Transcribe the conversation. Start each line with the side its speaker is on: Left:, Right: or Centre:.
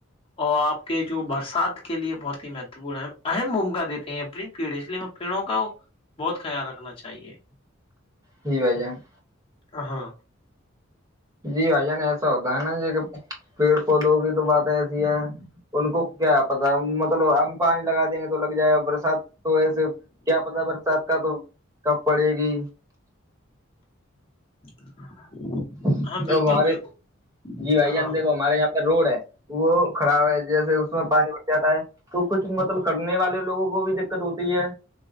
Left: اور آپ کے جو برسات کے لیے بہت ہی مہتوپورن ہے اہم بھومکا دیتے ہیںری پیڑ اس لیے ہم پیڑوں کا بہت خیال رکھنا چاہیے
Right: ج ب جان
Left: ہ ہاں
Right: جی بھائی جان ایسا ہوتا ہے نا ج پیڑ پودوں کی تو بات ایسی ہے ان کو کیا پتا مطلب ہم پانی لگا دیں گے تو لگ جائے برسات تو ایسے کیا پتا برسات کا تو کب پڑے گی
Left: <inaudible>
Right: تو
Left: بالکل
Right: ہمارے
Left: بالکل
Right: جی بھائی جان
Left: ہاں
Right: دیکھو ہمارے یہاں روڈ ہے وہ خراب ہے جیسے اس میں پانی بھر جاتا ہے تو کچھ مطلب کرنے والے لوگوں کو بھی دقت ہوتی ہے